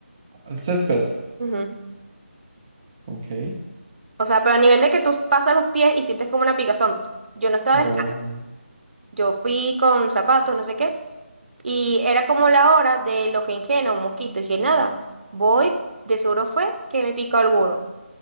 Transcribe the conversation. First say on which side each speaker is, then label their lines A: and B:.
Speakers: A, on the right (about 15°); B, on the right (about 60°).
A: El césped.
B: Ujú.
A: Ok.
B: O sea, pero a nivel de que tú pasas los pies y sientes como una picazón. Yo no estaba
A: Oh,
B: descalza. Yo fui con zapatos, no sé qué. Y era como la hora de los o mosquitos. Y dije, nada, voy, de seguro fue que me picó alguno.